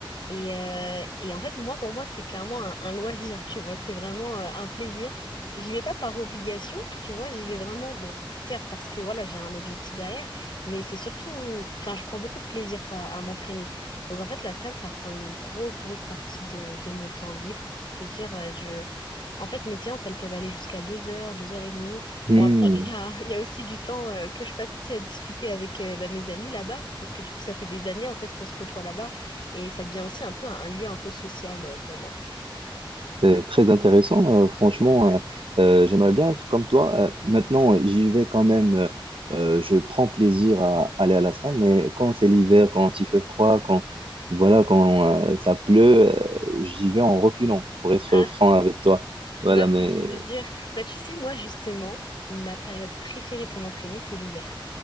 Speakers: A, on the left; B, on the right.
A: Et, euh, et en fait, moi, pour moi, c'est clairement un, un loisir, tu vois. C'est vraiment euh, un plaisir. C'est- J'y vais pas par obligation, tu vois. J'y vais vraiment, bon, certes, parce que voilà, j'ai un objectif derrière, mais c'est surtout, enfin, je prends beaucoup de plaisir, quoi, à m'entraîner. Donc, en fait, la salle, ça prend une grosse, grosse partie de, de mon temps libre. Pour te dire, euh, je... En fait, mes séances, elles peuvent aller jusqu'à 2 heures, 2 heures et demie.
B: Hum,
A: Bon, après, il y a, il y a aussi du temps euh, que je passe aussi à discuter avec euh, bah, mes amis là-bas, parce que du coup, ça fait des années, en fait, qu'on se côtoie là-bas. Et ça devient aussi un peu un, un lieu un peu social euh, pour moi.
B: C'est très intéressant, euh, franchement, euh, euh, j'aimerais bien être comme toi. Euh, maintenant, j'y vais quand même, euh, euh, je prends plaisir à aller à la salle, mais quand c'est l'hiver, quand il fait froid, quand voilà, quand euh, ça pleut, euh, j'y vais en reculant, pour être
A: Ah,
B: franc avec toi. Voilà,
A: Je vois ce
B: mais
A: que tu veux dire. Bah, tu sais, moi, justement, ma période préférée pour m'entraîner, c'est l'hiver.